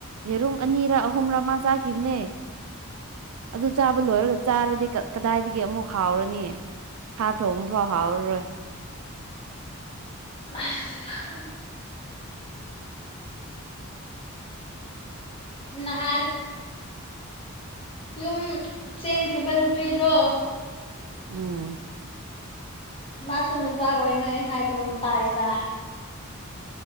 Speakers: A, on the right; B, on the left.
A: ꯌꯦꯔꯨꯝ ꯑꯅꯤꯔ ꯑꯍꯨꯝꯔ ꯃꯥ ꯆꯥꯈꯤꯕꯅꯦ ꯑꯗꯨ ꯆꯥꯕ ꯂꯣꯏꯔꯒ ꯆꯥꯔꯗꯤ ꯀꯗꯥꯏꯗꯒꯤ ꯑꯃꯨꯛ ꯍꯥꯎꯔꯅꯤ ꯁꯥ ꯊꯣꯡꯕꯐꯥꯎ ꯍꯥꯎꯔꯔꯣꯏ
B: ꯑ ꯅꯍꯥꯟ ꯌꯨꯝ ꯆꯦꯟꯈꯤꯕ ꯅꯨꯄꯤꯗꯣ
A: ꯎꯝ
B: ꯃꯥꯁꯨ ꯅꯨꯄꯥꯒ ꯑꯣꯏꯅ ꯍꯥꯏꯕꯒꯨꯝ ꯇꯥꯏꯌꯦꯗ